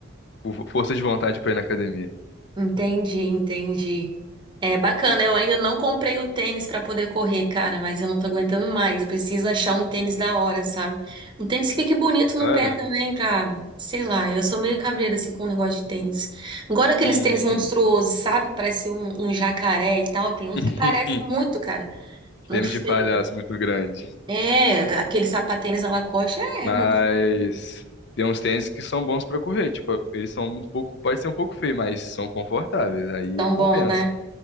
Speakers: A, on the left (about 60°); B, on the right (about 25°).
A: com fo- força de vontade para ir na academia.
B: Entendi, entendi. É bacana, eu ainda não comprei o tênis pra poder correr, cara, mas eu não tô aguentando mais. Eu preciso achar um tênis da hora, sabe? Um tênis que fique bonito no
A: Claro?
B: pé também, pra, sei lá, eu sou meio cabreira assim com o negócio de tênis. Agora aqueles
A: Uhum.
B: tênis monstruosos, sabe? Que parece um, um jacaré e tal, tem uns
A: <laughs>
B: que parecem muito, cara. Muito
A: Tênis
B: feio.
A: de palhaço muito grande.
B: É, aquele sapatênis à Lacoste é
A: Mas
B: muito
A: tem uns tênis que são bons para correr, tipo, eles são um pouco, pode ser um pouco feio, mas são confortáveis, aí
B: tão
A: compensa.
B: bom, né?